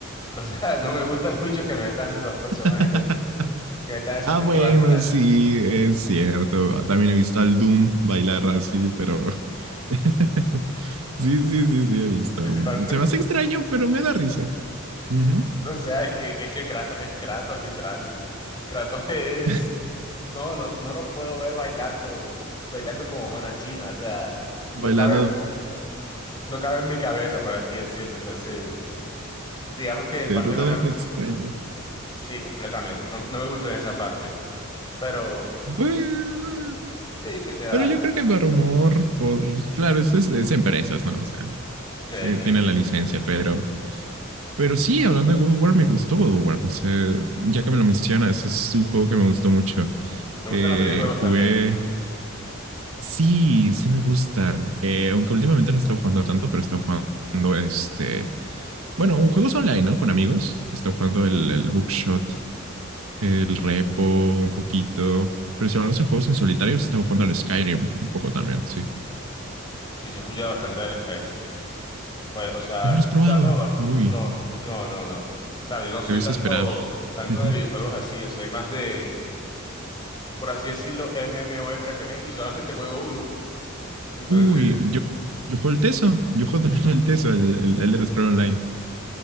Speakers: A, on the left (about 20°); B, on the right (about 85°).
A: o sea, <laughs> no me gusta mucho que metan los personajes,
B: <laughs>
A: que metan esos
B: ah,
A: personajes
B: bueno,
A: así,
B: sí, es cierto. También he visto al Doom bailar así, pero. <laughs> sí, sí, sí, sí, he visto.
A: principal,
B: Se me hace extraño, pero me da risa. Ujú.
A: O sea, es que, es que Kratos es Kratos, literal. Kratos es...
B: <laughs>
A: No, no, no lo puedo ver bailando, bailando como mona china, o sea,
B: Bailando
A: no cabe, no cabe en mi cabeza, por así decirlo. Entonces, digamos que en
B: eh,
A: parte
B: totalmente
A: no me gusta.
B: extraño
A: Sí, completamente. No, no me gusta en esa parte, pero
B: Pues,
A: sí que se va
B: Pero
A: a
B: yo
A: hacer.
B: creo que Barrumor, por, claro, es, es, es empresas, ¿no? O sea,
A: Sí,
B: sí,
A: sí,
B: tiene
A: sí.
B: la licencia, pero, pero sí, hablando de God of War, me gustó God of War. O sea, ya que me lo mencionas, es un juego que me gustó mucho.
A: ¿Te
B: Eh,
A: gustan los videojuegos
B: jugué,
A: también?
B: sí, sí me gustan. Eh, aunque últimamente no he estado jugando tanto, pero he estado jugando este, bueno, un juego online, ¿no? Con amigos. He estado jugando el, el Bookshot, el Repo, un poquito. Pero si hablamos de juegos en solitario, he estado jugando al Skyrim un poco también, sí.
A: Sí, se escucha bastante del Skyrim. Pues, o sea,
B: No lo
A: he escuchado...
B: has probado.
A: ba-
B: Uy,
A: No, no, no, no. O sea, yo no soy
B: Debes
A: tanto,
B: esperar.
A: tanto
B: Ujú.
A: de videojuegos así, yo soy más de por así decirlo, MMORPG y solamente juego uno. <laughs> Entonces,
B: Uy, yo, yo juego el Teso. Yo juego también el Teso, el, el Elder Scroll Online,